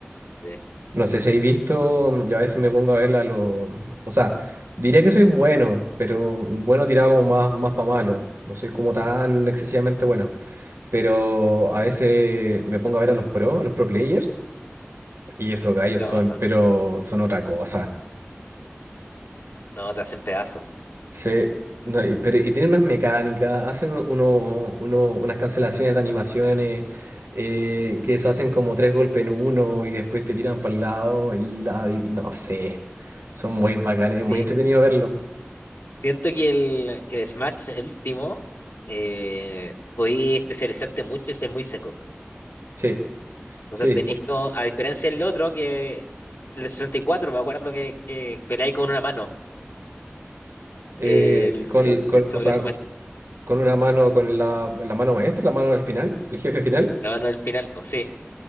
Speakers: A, on the left; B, on the right.
A: eh,
B: No sé si habéis visto, mm, yo a veces me pongo a verla, lo, mm, o sea, diría que soy bueno, pero bueno tirado como más, más para malo. No soy como tan excesivamente bueno, pero a veces me pongo a ver a los pro, los pro players, y esos gallos
A: no,
B: son,
A: son,
B: pero son otra cosa.
A: no, te hacen pedazo
B: Sí, no, y, pero, y tienen unas mecánicas, hacen uno, uno- uno- unas cancelaciones de animaciones eh, que se hacen como tres golpes en uno y después te tiran para el lado y la, y no sé, son muy bacanes, es muy
A: Sí.
B: entretenido verlo.
A: Siento que el, que el Smash, el último, eh, podí especializarte mucho y ser muy seco.
B: Sí,
A: Entonces
B: sí,
A: tenéis
B: po-
A: como, a diferencia del otro, que el 64 me acuerdo que, que peleáis con una mano,
B: eh,
A: eh, el,
B: con,
A: el-
B: el- con-
A: el Super
B: o sea,
A: Smash,
B: co- con una mano, con la, la mano maestra, la mano del final, el jefe final.
A: la mano del final, pues sí.